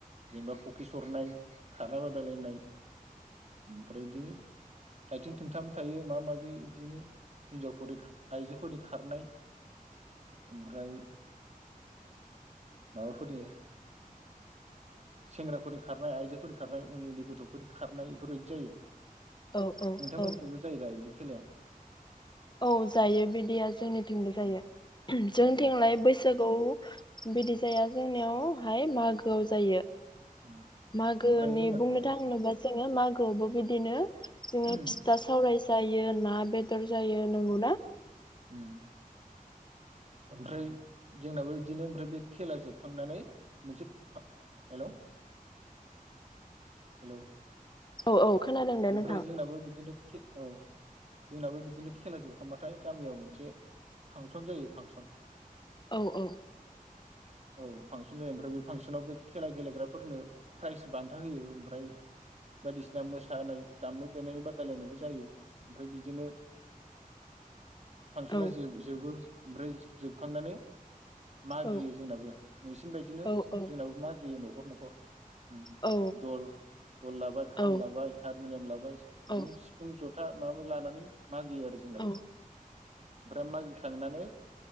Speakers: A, on the right (about 50°); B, on the left (about 30°).
A: जेनेबा फुखि सरनाय खारनाय बादायलायनाय ओमफ्राय दि आथिं थोंथाम थायो माबा माबि दिनो हिनजावफोरदि आइजोफोरनि खारनाय ओमफ्राय माबाफोरनि सेंग्राफोरनि खारनाय आइजोफोरनि खारनाय उन्दै उन्दै गथफोर खारनाय बेफोरबायदि जायो
B: औ औ
A: नोंथांमोनखबो
B: औ
A: जायो दा बिदि खेलाया
B: औ जायो बिदिया जोंनिथिंबो जायो
A: उम
B: जोंथिंलाय
A: उम
B: बैसागु बिदि जाया जोंनियावहाय मागोआव जायो
A: उम
B: मागोनि
A: ओमफ्राय जोंना
B: बुंनो
A: औ
B: थांनोबा जों ङो मागोआवबो बिदिनो जोङो
A: उम
B: फिथा सावराय जायो ना बेदर जायो नोंगौ ना?
A: उम। ओमफ्राय जोंनाबो बिदिनो ओमफ्राय बे खेला जोबखांनानै मोनसे हेल' हेल' ओमफ्राय
B: औ औ खोनादों दे नोंथां
A: जोंनाबो बिदिनो औ जोंनाबो बिदिनो खेला जोबखांबाथाय गामियाव मोनसे फाक खनजायो फांस अ।
B: औ औ।
A: औ फांसन जायो ओमफ्राय बे फांसनाव बे खेला गेलेग्राफोरनो फ्राइस बान्था होयो ओमफ्राय बायदिसिना मोसानाय दामनाय देनाय बादायलायनायबो जायो ओमफ्राय बिदिनो फांसना
B: औ
A: जो-जोबो <unintelligible> जोबखांनानै मागियो
B: औ
A: जोंनाबो नोंसिनि बायदिनो
B: औ औ
A: जोंनाबो मागियो नाव खर न'खर उम
B: औ
A: दल दल लाबाय खाम
B: औ
A: लाबाय हारमनियाम लाबाय दिनो
B: औ
A: सिफुं जथा माबा लानानै मागियो आरो जोंनाबो
B: औ
A: ओमफ्राय मागि खांनानै